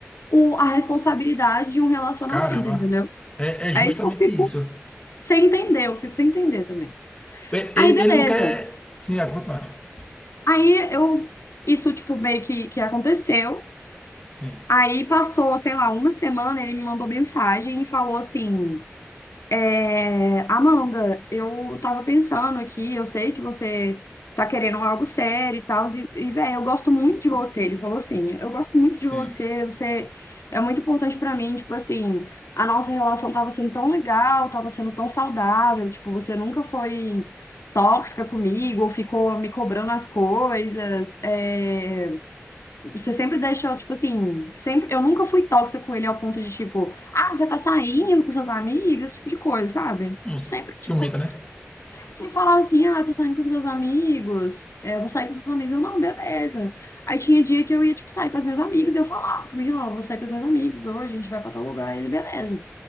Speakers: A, on the left; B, on the left.
A: o, a responsabilidade de um relacionamento,
B: caramba,
A: entendeu?
B: é, é justamente
A: É isso que eu fico
B: isso.
A: Sem entender, eu fico sem entender também.
B: É-
A: Aí,
B: Ele,
A: beleza.
B: ele não quer. Sim, vai continuar.
A: Aí eu. Isso, tipo, meio que, que aconteceu.
B: Sim.
A: Aí passou, sei lá, uma semana, ele me mandou mensagem e falou assim. É, Amanda, eu tava pensando aqui, eu sei que você tá querendo algo sério e tal, e, e velho, eu gosto muito de você. Ele falou assim: eu gosto muito
B: Sim.
A: de você, você é muito importante pra mim. Tipo assim, a nossa relação tava sendo tão legal, tava sendo tão saudável. Tipo, você nunca foi tóxica comigo, ou ficou me cobrando as coisas. É, você sempre deixou, tipo assim, sempre, eu nunca fui tóxica com ele ao ponto de, tipo, ah, você tá saindo com seus amigos, esse tipo de coisa, sabe?
B: Um
A: Sempre,
B: ciumenta,
A: tipo,
B: né?
A: ele falava assim, ah, tô saindo com os meus amigos, é, vou sair com os meus amigos, eu, não, beleza. Aí tinha dia que eu ia, tipo, sair com as minhas amigas, eu falava também, ó, vou sair com os meus amigos, hoje a gente vai pra tal lugar, ele, beleza.